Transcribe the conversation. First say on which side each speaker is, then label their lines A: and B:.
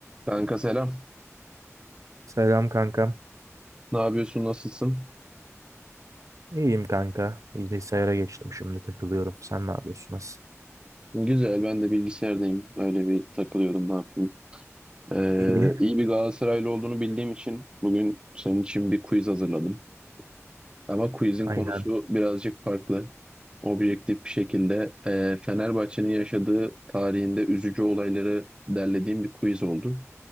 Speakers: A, on the right; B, on the right.
A: Kanka selam.
B: Selam kankam.
A: Ne yapıyorsun? Nasılsın?
B: İyiyim kanka. Bilgisayara geçtim şimdi takılıyorum. Sen ne yapıyorsun? Nasıl?
A: Güzel. Ben de bilgisayardayım. Öyle bir takılıyordum. Ne yapayım? Ee,
B: İyi.
A: iyi bir Galatasaraylı olduğunu bildiğim için bugün senin için bir quiz hazırladım. Ama quizin
B: Aynen.
A: konusu birazcık farklı. Objektif bir şekilde e, Fenerbahçe'nin yaşadığı tarihinde üzücü olayları derlediğim bir quiz oldu.